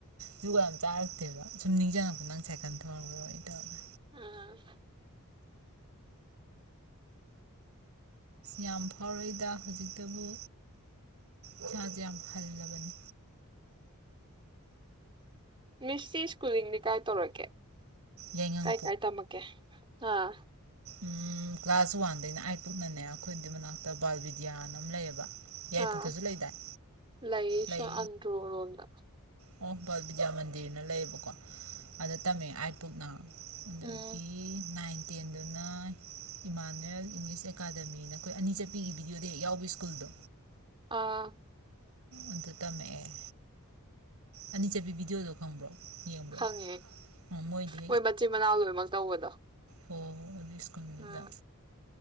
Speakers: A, on the right; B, on the right.
A: ꯖꯨꯒꯣꯠ ꯌꯥꯝ ꯆꯥꯔꯛꯇꯦꯕ ꯁꯨꯝ ꯅꯤꯡꯖꯪꯉꯛꯄ ꯅꯪ ꯁꯥꯏꯀꯜ ꯊꯧꯔꯔꯣꯏ ꯇꯧꯔꯦ
B: ꯑꯥ-
A: ꯌꯥꯝ ꯐꯥꯎꯔꯛꯏꯗ ꯍꯧꯖꯤꯛꯇꯕꯨ ꯏꯁꯥꯁꯦ ꯌꯥꯝ ꯍꯜꯂꯕꯅꯤ
B: ꯃꯤꯁꯁꯤ ꯁ꯭ꯀꯨꯜꯂꯤꯡꯗꯤ ꯀꯥꯏ ꯇꯧꯔꯛꯀꯦ
A: ꯌꯥꯏꯉꯪ
B: ꯀꯥꯏ ꯀꯥꯏ ꯇꯝꯃꯛꯀꯦ ꯑꯥ
A: ꯎꯝ- ꯀ꯭ꯂꯥꯁ ꯋꯥꯟꯗꯩꯅ ꯑꯥꯏꯠ ꯄꯨꯨꯛꯅꯅꯦ ꯑꯩꯈꯣꯏꯗꯨ ꯃꯅꯥꯛꯇ ꯕꯥꯜ ꯕꯤꯗ꯭ꯌꯥꯅ ꯑꯃ ꯂꯩꯌꯦꯕ ꯌꯥꯏꯔꯤꯄꯣꯛꯇꯁꯨ
B: ꯑꯥ
A: ꯂꯩꯗꯥꯏ
B: ꯂꯥꯏꯔꯤꯛꯁꯨ
A: ꯂꯩ
B: ꯑꯟꯗ꯭ꯔꯣꯔꯣꯝꯗ
A: ꯑꯣ ꯕꯥꯜ ꯕꯤꯗ꯭ꯌꯥ ꯃꯟꯗꯤꯔꯅ ꯂꯩꯌꯦꯕꯀꯣ ꯑꯗ ꯇꯝꯃꯦ ꯑꯥꯏꯠ ꯄꯨꯛꯅ ꯑꯗꯨꯗꯒꯤ
B: ꯎꯝ,
A: ꯅꯥꯏꯟ ꯇꯦꯟꯗꯨꯅ ꯏꯃꯥꯅꯨꯋꯦꯜ ꯏꯪꯂꯤꯁ ꯑꯦꯀꯥꯗꯃꯤꯅ ꯑꯩꯈꯣꯏ ꯑꯅꯤ ꯆꯠꯄꯤꯒꯤ ꯚꯤꯗꯤꯑꯣꯗ ꯍꯦꯛ ꯌꯥꯎꯕ ꯁ꯭ꯀꯨꯜꯗꯣ
B: ꯑꯥ
A: ꯑꯗꯨ ꯇꯝꯃꯛꯑꯦ ꯑꯅꯤ ꯆꯠꯄꯤ ꯕꯤꯗꯤꯌꯣꯗꯣ ꯈꯪꯕ꯭ꯔꯣ ꯌꯦꯡꯕ꯭ꯔꯣ
B: ꯈꯪꯉꯦ
A: ꯃꯣꯏꯗꯤ
B: ꯍꯣꯏ ꯃꯆꯤꯟ ꯃꯅꯥꯎ ꯂꯣꯏꯃꯛ ꯇꯧꯕꯗꯣ
A: ꯂꯧꯁꯤꯟꯕ ꯉꯝꯗꯕ ꯁ꯭ꯀꯨꯜꯗꯨꯗ
B: ꯎꯝ.